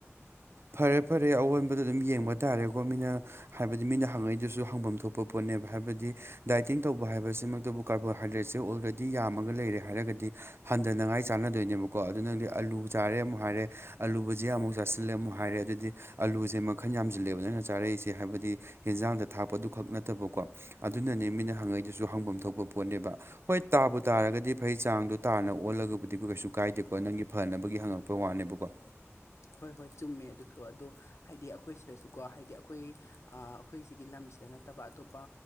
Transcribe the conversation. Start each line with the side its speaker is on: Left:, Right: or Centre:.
Right: ꯐꯔꯦ ꯐꯔꯦ ꯑꯑꯣꯟꯕꯗꯣ ꯑꯗꯨꯝ ꯌꯦꯡꯕ ꯇꯥꯔꯦꯀꯣ ꯃꯤꯅ ꯍꯥꯏꯕꯗꯤ ꯃꯤꯅ ꯍꯪꯉꯛꯏꯗꯨꯁꯨ ꯍꯪꯐꯝ ꯊꯣꯛꯄ ꯄꯣꯠꯅꯦꯕ ꯍꯥꯏꯕꯗꯤ ꯗꯥꯏꯇꯤꯡ ꯇꯧꯕ ꯍꯥꯏꯕꯁꯤꯃꯛꯇꯕꯨ ꯀꯥꯔꯕꯣꯍꯥꯏꯗ꯭ꯔꯦꯠꯁꯦ ꯑꯣꯜꯔꯦꯗꯤ ꯌꯥꯝꯃꯒ ꯂꯩꯔꯦ ꯍꯥꯏꯔꯒꯗꯤ ꯍꯟꯊꯅꯉꯥꯏ ꯆꯥꯟꯅꯗꯣꯏꯅꯦꯕꯀꯣ ꯑꯗꯨ ꯅꯪꯗꯤ ꯑꯂꯨ ꯆꯥꯔꯦ ꯑꯃꯨꯛ ꯍꯥꯏꯔꯦ ꯑꯂꯨꯕꯨꯖꯤꯑꯥ ꯑꯃꯨꯛ ꯆꯥꯁꯤꯜꯂꯦ ꯑꯃꯨꯛ ꯍꯥꯏꯔꯦ ꯍꯥꯏꯔꯦ ꯑꯗꯨꯗꯤ ꯑꯂꯨꯁꯦ ꯃꯈꯟ ꯌꯥꯝꯁꯤꯜꯂꯦꯕ ꯅꯪꯅ ꯆꯥꯔꯛꯏꯁꯦ ꯍꯥꯏꯕꯗꯤ ꯌꯦꯟꯖꯥꯡꯗ ꯊꯥꯞꯄꯗꯨ ꯈꯛ ꯅꯠꯇꯕꯀꯣ ꯑꯗꯨꯅꯅꯦ ꯃꯤꯅ ꯍꯪꯉꯩꯗꯨꯁꯨ ꯍꯪꯐꯝ ꯊꯣꯛꯄ ꯄꯣꯠꯅꯦꯕ ꯍꯣꯏ ꯇꯥꯕꯨ ꯇꯥꯔꯒꯗꯤ ꯐꯩ ꯆꯥꯡꯗꯣ ꯇꯥꯅ ꯑꯣꯜꯂꯒꯕꯨꯗꯤꯀꯣ ꯀꯩꯁꯨ ꯀꯥꯏꯗꯦꯀꯣ ꯅꯪꯒꯤ ꯐꯅꯕꯒꯤ ꯍꯪꯉꯛꯄ ꯋꯥꯅꯦꯕꯀꯣ꯫
Left: ꯍꯣꯏ ꯍꯣꯏ ꯆꯨꯝꯃꯦ ꯑꯗꯨꯁꯨ ꯑꯗꯣ ꯍꯥꯏꯗꯤ ꯑꯩꯈꯣꯏ ꯁꯤꯗꯁꯨꯀꯣ ꯍꯥꯏꯗꯤ ꯑꯩꯈꯣꯏ꯫ ꯑꯩꯈꯣꯏ ꯁꯤꯒꯤ ꯂꯝꯁꯤꯗ ꯅꯠꯇꯕ ꯑꯇꯣꯞꯄ